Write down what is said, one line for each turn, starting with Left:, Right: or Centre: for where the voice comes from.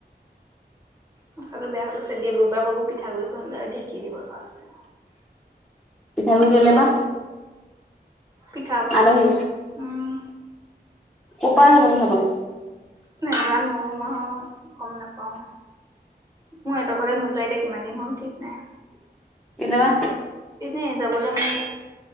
Right: মাথাটো বিয়া হৈ গৈছে দি বুবা বাবো পিঠা গুৰি খুন্দা ঢেকি দিব লগা আছে।
Centre: পিঠা গুৰি কেলে বা?
Right: পিঠা বনাই
Centre: আলহী
Right: বোলে, উম।
Centre: কপা আহিব নো চাবলে?
Right: নেজানো অঁ মই গম নাপাওঁ। মোৰ এট ঘলে নোযোৱা এতিয়া কিমান দিন হ'ল ঠিক নাই।
Centre: কেলে বা?
Right: এনেই যাবলৈ মোৰ